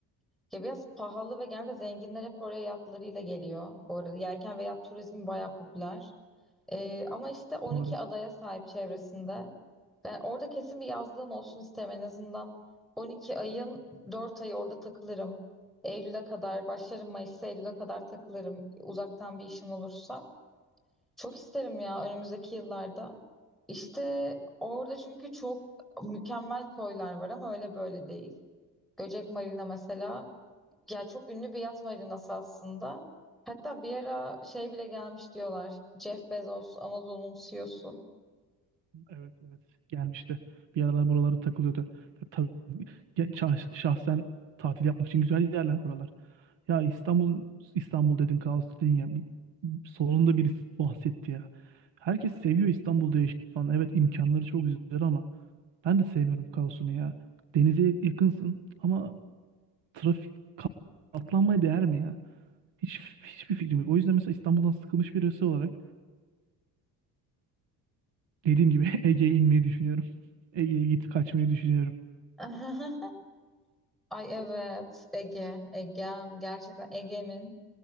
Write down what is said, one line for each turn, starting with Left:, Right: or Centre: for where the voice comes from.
Centre: Ya biraz pahalı ve genelde zenginler hep oraya yatlarıyla geliyor. Bu arada yelken ve yat turizmi bayağı popüler. Ee, ama işte 12
Right: Doğru.
Centre: adaya sahip çevresinde. Ben orada kesin bir yazlığım olsun isterim en azından. 12 ayın 4 ayı orada takılırım. Eylül'e kadar başlarım Mayıs'ta Eylül'e kadar takılırım. Uzaktan bir işim olursa. Çok isterim ya önümüzdeki yıllarda. İşte orada çünkü çok mükemmel koylar var ama öyle böyle değil. Göcek Marina mesela ya çok ünlü bir yat marinası aslında. Hatta bir ara şey bile gelmiş diyorlar. Jeff Bezos, Amazon'un CEO'su.
Right: Evet evet gelmişti. Bir aralar buralara takılıyordu. Ya, ta- ya şah- şahsen tatil yapmak için güzel yerler buralar. Ya İstanbul İstanbul dedin kaos dedin ya. Bir, sonunda birisi bahsetti ya. Herkes seviyor İstanbul'da yaşamayı falan. Evet imkanları çok güzel ama ben de sevmiyorum kaosunu ya. Denize yakınsın ama trafik ka- katlanmaya değer mi ya? Hiç hiçbir fikrim yok. O yüzden mesela İstanbul'dan sıkılmış birisi olarak Dediğim gibi <laughs> Ege'ye inmeyi düşünüyorum. Ege'ye git kaçmayı düşünüyorum.
Centre: <laughs> Ay evet, Ege, Egem. Gerçekten Ege'min.